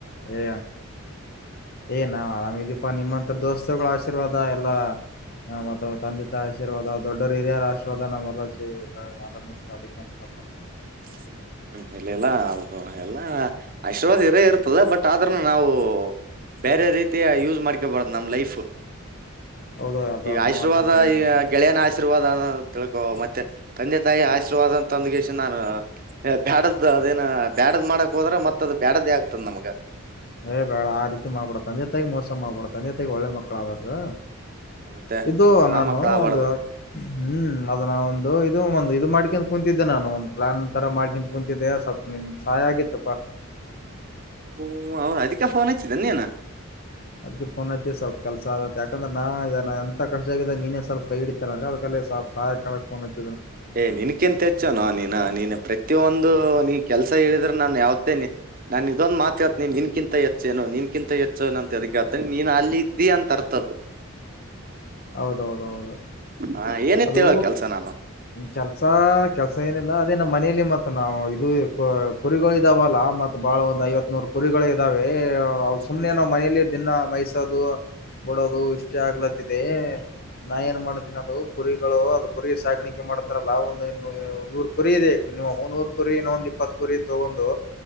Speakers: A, on the left; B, on the right.
A: ಏ ಏ ನಾ್ ಆರಾಮಿದೀಪ ನಿಮ್ಮಂತ <inaudible> ದೋಸ್ತರುಗಳ ಆಶೀರ್ವಾದ ಎಲ್ಲಾ ಹ ಮತ್ತ ತಂದೆ ತಾಯ ಆಶೀರ್ವಾದ ದೊಡ್ಡವರು ಹಿರಿಯರ ಆಶರ್ವಾದ ನಮ್ಮ ಆರಾಮ ಇರ್ತೆ ಅದಕ್ಕೇನಿಲ್ಲ <unintelligible>
B: ಹ್ಮ್ ಹ್ಮ್ ಇಲ್ಲಲ್ಲ ಅ ಎಲ್ಲಾ ಆಶೀರ್ವಾದ ಇರೇ ಇರ್ತದೆ ಬಟ್ ಆದ್ರನು ನಾವು ಬೇರೆ ರೀತಿಯ ಯೂಸ್ ಮಾಡ್ಕೊ ಬರದು ನಮ್ ಲೈಫ್
A: ಹೌದು ಅದು
B: ಈಗ
A: ಅದು
B: ಆಶೀರ್ವಾದ
A: ಮಾತ್ರ ಕರೆದಿರೋದು
B: ಈ ಗೆಳೆಯನ ಆಶೀರ್ವಾದ ತಿಳ್ಕೋ ಮತ್ತೆ ಮತ್ತೆ ತಂದೆ ತಾಯಿ ಆಶೀರ್ವಾದ ಅ ತಂದಗಸ ನಾನು ಬ್ಯಾಡದ್ದ ಅದೇನ ಬ್ಯಾಡದ್ ಮಾಡಕ್ ಹೋದ್ರ ಮತ್ತತ್ ಅದ್ ಬ್ಯಾಡ್ದೇ ಆಗ್ತದ ನಮ್ಗ
A: ಏ ಬೇಡ ಆ ರೀತಿ ಮಾಡಬೇಡ ತಂದೆ -ತಾಯಿಗೆ ಮೋಸ ಮಾಡ್ಬೇಡ ತಂದೆ-ತಾಯಿಗೆ ಒಳ್ಳೆ ಮಕ್ಳ ಆಗ್ಬೇಕು
B: ಆ, ಮತ್ತೆ
A: ಇದು ನಾನು
B: ಆ ಮಕ್ಳ ಆಗ್ಬಾರ್ದು
A: ಒಂದು ಹ್ಮ್ ಅದನ್ನ ಒಂದು ಇದು ಒಂದು ಇದು ಮಾಡ್ಕಂತ ಕುೂಂತಿದ್ದೆ ನಾನು ಒಂದು ಪ್ಲಾನ್ ತರ ಮಾಡ್ಕಂತ ಕುಂತಿದ್ದೆ ಸ್ವಲ್ಪ್ ನಿನ್ ಸಹಾಯ ಆಗಿತ್ತಪ್ಪಾ <inaudible>
B: ಓ ಅವ್ ಅದಿಕ್ ಫೋನ್ ಹಚ್ಚಿದ ನೀನ್
A: ಅದ್ ಪೋನ್ ಐತಿ ಸ್ವಲ್ಪ ಕೆಲಸ ಆತ್ತ ಯಾಕಂದ್ರೆ ಎಂತ ಕಷ್ಟ ಆಗಿದ ನೀನೇ ಸ್ವಲ್ಪ ಕೈ ಹಿಡಿತೆನ ಅದಲ್ಲಿ ಸ್ವಲ್ಪ್ ಸಹಾಯ ಕೇಳಾಕ್ ಬಂದಿನಿ
B: ಏ ನಿನಕೆಂತ ಹೆಚ್ಚ ನಾ ನೀನ ನಿನ್ ಪ್ರತಿಯೊಂದು ನೀ ಕೆಲ್ಸ ಹೇಳಿದ್ರೆ ನಾನ್ ಯಾವ್ದೇನೆ ನಾನ್ ಇದೊಂದು ಮಾತ್ ಕಿಂತ ಹೆಚ್ಚು ನಿನ್ಕಿಂತ ಹೆಚ್ಚುನಂತ ಅದಕ್ಕೆ ಆತ ನೀನ್ ಅಲ್ಲಿ ಇದಿ ಅಂತ ಅರ್ಥದು
A: ಹೌದೌದೌದು
B: ಹ ಏನಿತ್
A: ಅದು
B: ಹೇಳೋ ಕೆಲ್ಸ ನಾನು
A: ಕೆಲ್ಸ. ಕೆಲಸ ಏನಿಲ್ಲ ಅದೇ ನಮ್ಮ ಮನೆಯಲ್ಲಿ ಮತ್ತ ನಾವು ಇದು ಕುರಿಗಳು ಇದಾವಲ್ಲ ಮತ್ತ ಬಹಳ ಒಂದು ಐವತ್ ನೂರು ಕುರಿಗಳು ಇದ್ದಾವೆ. ಸುಮ್ನೆ
B: ಹ್ಮ್
A: ನಾವ್ ಮನೇಲಿ ದಿನ ಮೇಸೋದು ಬಿಡೋದು ಇಷ್ಟೇ ಆಗ್ಲತ್ತಿದೆ. ನಾ ಏನ್ ಮಾಡತೀನಿ ಅದು ಕುರಿಗಳು ಅದ ಕುರಿ ಸಾಗಾಣಿಕೆ ಮಾಡ್ತಾರಲ್ಲಾ ಒಂದ್ ನೂರ್ ಕುರಿ ಇದೆ ನೀವು ಮುನ್ನೂರು ಕುರಿ ಇನ್ನ ಒಂದ್ ಇಪ್ಪತ್ತು ಕುರಿ ತೊಗೊಂಡು